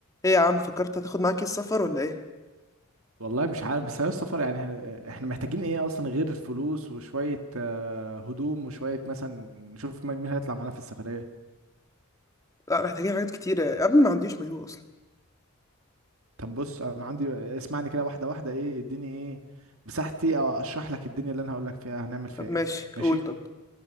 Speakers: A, on the left; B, on the right.
A: ايه يا عم فكرت هتاخد معاك ايه السفر ولا ايه
B: والله مش عارف بس يا سفر يعني ه- احنا محتاجين ايه اصلا غير الفلوس وشوية آه، هدوم وشوية مثلا نشوف م- مين هيطلع معانا في السفرية
A: لا محتاجين حاجات كتير يا ابني ما عنديش مايو اصلا
B: طب بص انا عندي اسمعني كده واحدة واحدة ايه اديني ايه مساحتي او اشرح لك الدنيا اللي انا هقول لك فيها هنعمل فيها
A: طب
B: ايه
A: ماشي
B: ماشي
A: قول طب